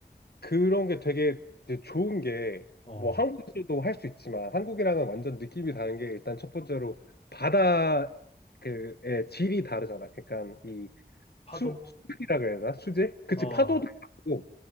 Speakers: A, on the left; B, on the left.
A: 그런 게 되게 이제 좋은 게
B: 어,
A: 뭐 한국에서도 할 수 있지만 한국이랑은 완전 느낌이 다른 게 일단 첫 번째로 바다 그의 질이 다르잖아 그러니까 이
B: 파도?
A: 수, 수질이라 그래야 되나 수질 그치
B: 어,
A: 파도도 다르고